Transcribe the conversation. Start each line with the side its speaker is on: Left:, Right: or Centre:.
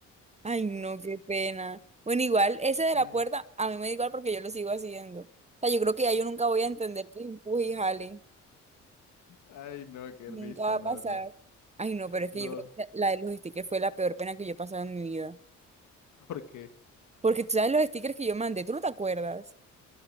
Right: Ay, no, qué pena. Bueno, igual, ese de
Left: Sí.
Right: la puerta, a mí me da igual porque yo lo sigo haciendo. O sea, yo creo que ya yo nunca voy a entender que empuje y jale.
Left: Ay, no, qué
Right: Nunca
Left: risa,
Right: va a
Left: no,
Right: pasar.
Left: no,
Right: Ay, no, pero es que
Left: no,
Right: yo creo que la de los stickers fue la peor pena que yo he pasado en mi vida.
Left: por qué
Right: Porque tú sabes los stickers que yo mandé, ¿tú no te acuerdas?